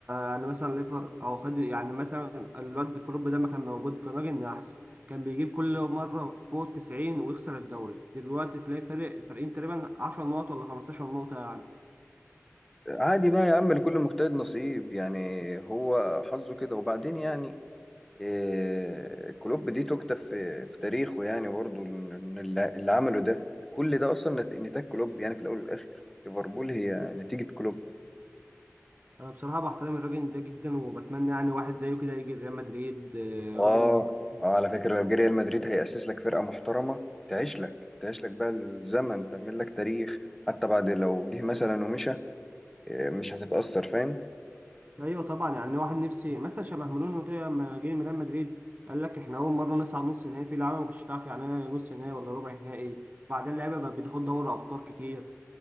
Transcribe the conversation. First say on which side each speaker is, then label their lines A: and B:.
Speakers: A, on the right; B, in the centre.
A: يعني مثلا ليفر او خد يعني مثلا الواد كلوب ده ما كان موجود كان راجل إن احسن كان بيجيب كل مرة فوق التسعين ويخسر الدوري دلوقتي تلاقي فرق فرقين تقريبا عشر نقط ولا خمستاشر نقطة يعني
B: عادي بقى يا عم لكل مجتهد نصيب يعني هو حظه كده وبعدين يعني آه، كلوب دي تكتب في في تاريخه يعني برضه إن اللي اللي عمله ده كل ده اصلا نت- نتاج كلوب يعني في الاول والاخر ليفربول هي نتيجه كلوب
A: انا بصراحه بحترم الراجل ده جدا وبتمنى يعني واحد زيه كده يجي ريال مدريد آه،
B: اه
A: راجل مجتهد.
B: اه على فكرة لو جه ريال مدريد هيأسس لك فرقة محترمة تعيش لك تعيش لك بقى الزمن تعمل لك تاريخ حتى بعد لو جه مثلا ومشى آه، مش هتتأثر فاهم
A: ايوه طبعا يعني واحد نفسي مثلا شبه مورينيو كده لما جه من ريال مدريد قال لك احنا اول مره نصعد نص نهائي في لعيبه ما كانتش تعرف يعني ايه نص نهائي ولا ربع نهائي وبعدين اللعيبه بقت بتاخد دوري ابطال كتير